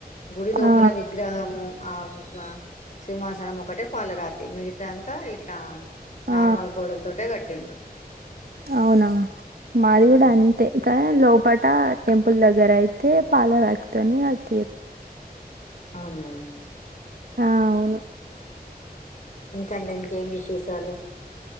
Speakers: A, on the left; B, on the right.
A: గుడి లోపల
B: ఆ
A: విగ్రహము ఆవుగా సింహాసనం ఒక్కటే పాలరాతి మిగతా అంతా ఇట్లా నార్మల్
B: ఆ
A: గోడలతోటే కట్టిండ్రు
B: అవునా మాది కూడా
A: ఉమ్
B: అంతే కా లోపట టెంపుల్ దగ్గర అయితే పాలరాతి తోని కట్టిర్రు
A: అవునా
B: ఆ అవును
A: ఇంకండి ఇంకేం విశేషాలు